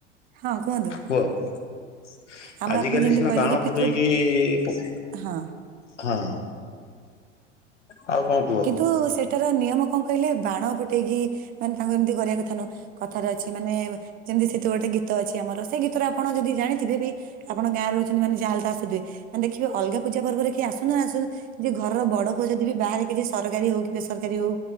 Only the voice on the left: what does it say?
କୁହ
ଆଜିକାଲି
ସିନା
ବାଣ
ଫୁଟେଇକି ପୁ
ହଁ। ଆଉ କଣ କୁହ